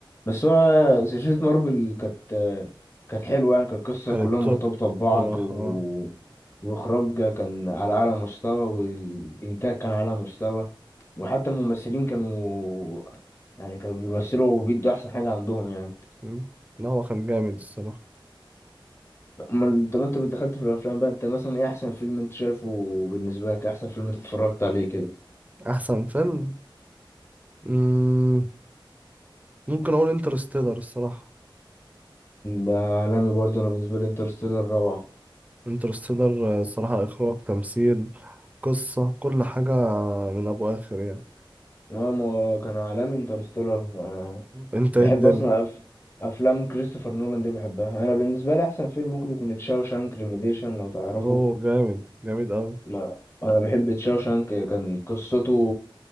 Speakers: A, on the left (about 30°); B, on the right (about 15°).
A: بس هو سلسلة مارفل كانت كانت حلوة يعني كانت قصة
B: كانت
A: كلها مرتبطة
B: توب
A: ببعض
B: صراحة
A: و...
B: آه.
A: وإخراج كان على أعلى مستوى والإنتاج كان على أعلى مستوى وحتى الممثلين كانوا يعني كانوا بيمثلوا وبيدوا أحسن حاجة عندهم يعني
B: مم. لا هو كان جامد الصراحة
A: أمال طب أنت دخلت في الأفلام بقى أنت مثلا إيه أحسن فيلم أنت شايفه بالنسبة لك إيه أحسن فيلم أنت اتفرجت عليه كده
B: أحسن فيلم مم. ممكن أقول انترستيلر الصراحة
A: ده عالمي برضه أنا بالنسبة لي انترستيلر روعة
B: انترستيلر الصراحة إخراج تمثيل قصة كل حاجة من أبو آخر يعني
A: اه ما كان عالمي انترستيلر انا
B: مم. أنت
A: بحب
B: إيه الدنيا
A: اصلا أف... افلام كريستوفر نولان دي بحبها انا بالنسبه لي احسن فيلم ممكن يكون تشاوشانك ريميديشن لو تعرفه
B: هو جامد جامد أوي
A: لا انا بحب تشاوشانك كان قصته